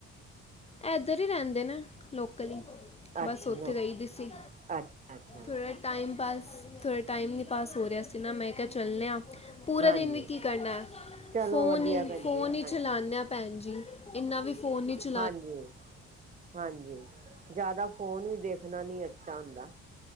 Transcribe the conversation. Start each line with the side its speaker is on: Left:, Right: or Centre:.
Left: ਇੱਧਰ ਹੀ ਰਹਿੰਦੇ ਨੇ। ਲੋਕਲ ਈ, ਬਸ
Right: ਅੱਛਾ
Left: ਉੱਥੇ
Right: ਲੋਕ
Left: ਗਈ ਦੀ ਸੀ,
Right: ਅੱਛਾ ਅੱਛਾ
Left: ਥੋੜ੍ਹਾ ਟਾਈਮ ਪਾਸ, ਥੋੜ੍ਹਾ ਟਾਈਮ ਨਹੀਂ ਪਾਸ ਹੋ ਰਿਹਾ ਸੀ ਨਾ ਮੈਂ ਕਿਹਾ ਚੱਲਨੇ ਆ ਪੂਰੇ
Right: ਹਾਂਜੀ।
Left: ਦਿਨ ਵੀ ਕੀ ਕਰਨਾ ਆਂ।
Right: ਚਲੋ
Left: ਫੋਨ
Right: ਵਧੀਆ
Left: ਹੀ,
Right: ਭੈਣ
Left: ਫੋਨ
Right: ਜੀ
Left: ਹੀ
Right: ਹਾਂਜੀ,
Left: ਚਲਾ ਨੇ ਆ ਭੈਣ ਜੀ, ਇੰਨਾ ਵੀ ਫੋਨ ਨੀ 'ਚ
Right: ਹਾਂਜੀ, ਹਾਂਜੀ, ਜ਼ਿਆਦਾ ਫੋਨ ਵੀ ਦੇਖਣਾ ਨੀ ਅੱਛਾ ਹੁੰਦਾ।